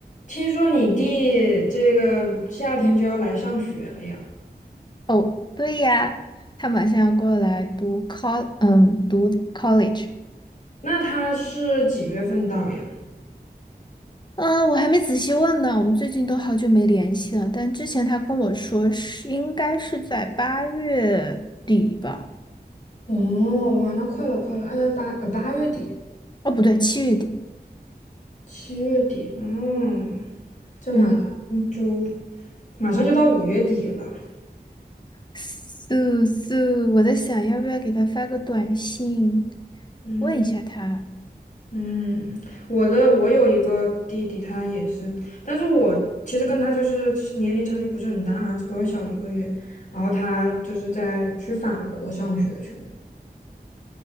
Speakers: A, on the left; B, on the left.
A: 听说你弟这个夏天就要来上学了呀？
B: 哦，对呀，他马上要过来读 col，嗯，读 college。
A: 那他是几月份到呀？
B: 嗯，我还没仔细问呢，我们最近都好久没联系了。但之前他跟我说是应该是在八月底吧？
A: 哦，哇，那快了，快了，呃，八呃八月底，
B: 哦，不对，七月底。
A: 七月底，嗯，这马上
B: 嗯，
A: 就马上就到五月底了。
B: 素素，我在想要不要给他发个短信，
A: 嗯
B: 问一下他，
A: 嗯，我的我有一个弟弟，他也是，但是我其实跟他就是年龄差距不是很大嘛，只比我小一个月。然后他就是在去法国上学去了，